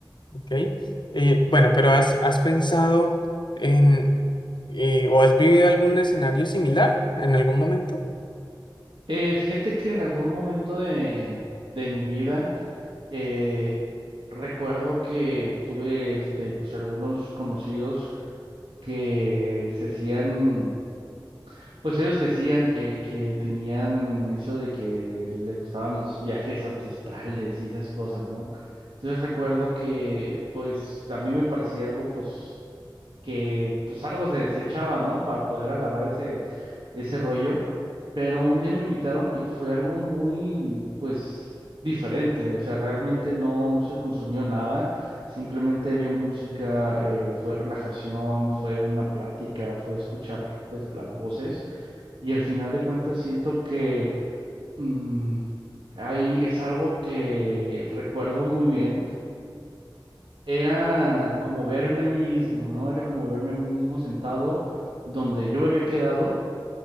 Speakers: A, on the left (about 65°); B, on the right (about 85°).
A: ¿ok? Eh, bueno, pero has, has pensado en eh, o has vivido algún escenario similar en algún momento?
B: Eh, fíjate que en algún momento de, de mi vida eh, recuerdo que tuve este pues algunos conocidos que se hacían, pues ellos decían que, que tenían eso de que les gustaban los viajes ancestrales y esas cosas, ¿no? Entonces recuerdo que pues a mí me parecía algo pues que pues algo se, se echaban, ¿no? Para poder agarrar ese, ese rollo. Pero un día me invitaron y fue algo muy, pues, diferente. O sea, realmente no, no se consumió nada. Simplemente había música, eh, fue relajación, fue una plática, fue escuchar, pues, las voces. Y al final de cuentas siento que mm, ahí es algo que recuerdo muy bien era como verme a mí mismo, ¿no? Era como verme a mí mismo sentado donde yo me había quedado